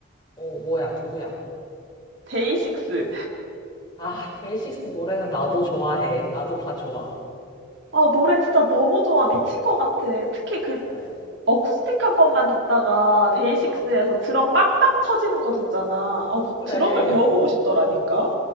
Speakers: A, on the left; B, on the right.
A: 어, 뭐야, 누구야?
B: 데이식스.
A: 아, 데이식스 노래는 나도 좋아해. 나도 다 좋아.
B: 아, 노래 진짜 너무 좋아. 미친 것 같아. 특히 그
A: 그래.
B: 어쿠스틱한 것만 듣다가 데이식스에서
A: 어,
B: 드럼 빵빵 터지는 거 듣잖아. 아, 막
A: 그래.
B: 드럼을 배워보고 싶더라니까.